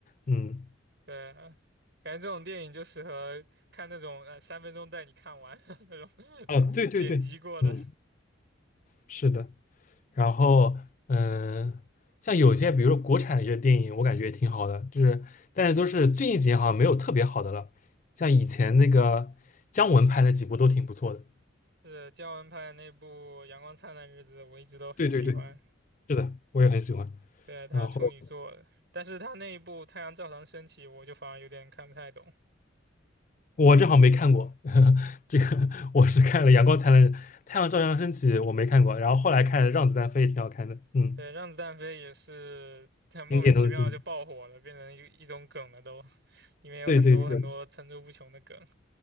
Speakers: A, on the left; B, on the right.
A: 嗯，
B: <laughs> 对啊，感觉这种电影就适合看那种呃三分钟带你看完 <laughs> 那种 <laughs>
A: 哦，
B: 对剪辑过的。
A: 对对对，嗯，是的。然后嗯、呃像有些比如说国产的一些电影，我感觉也挺好的，就是但是都是最近几年好像没有特别好的了，像以前那个姜文拍的几部都挺不错的。
B: 是姜文拍的那部《阳光灿烂的日子》，我一直都很喜欢。
A: 对对对，是的，我也很喜欢。
B: 对，他处女座的但是他那一部《太阳照常升起》，
A: 然后。
B: 我就反而有点看不太懂。
A: 我正好没看过，<laughs> 这个我是看了《阳光灿烂》《太阳照常升起》，我没看过，然后后来看《让子弹飞》也挺好看的，嗯，
B: 对，《让子弹飞》也是很 <laughs> 莫名其妙就爆火了，
A: 经典中的经典。
B: 变成一一种梗了都，<laughs> 里面有很多很多层出不穷的梗。
A: 对对对，